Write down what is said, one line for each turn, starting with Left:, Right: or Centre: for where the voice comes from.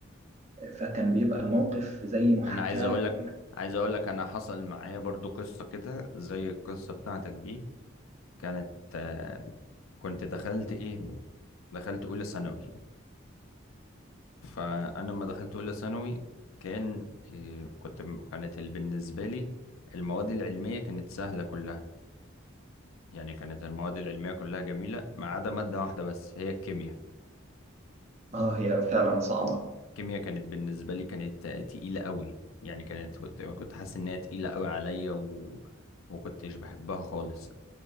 Right: فكان بيبقى الموقف زي محاكاة
Left: انا عايز اقول لك عايز اقول لك انا حصل معايا برضو قصة كده زي القصة بتاعتك دي كانت آه، كنت دخلت ايه دخلت اولى ثانوي فانا لما دخلت اولى ثانوي كان إيه، كنت كانت ال- بالنسبه لي المواد العلميه كانت سهله كلها يعني كانت المواد العلميه كلها جميله ما عدا ماده واحده بس هي الكيمياء
Right: اه هي فعلا صعبة
Left: الكيمياء كانت بالنسبه لي كانت آه، تقيله قوي يعني كانت كنت كنت حاسس انها تقيله قوي عليا و... وكنتش بحبها خالص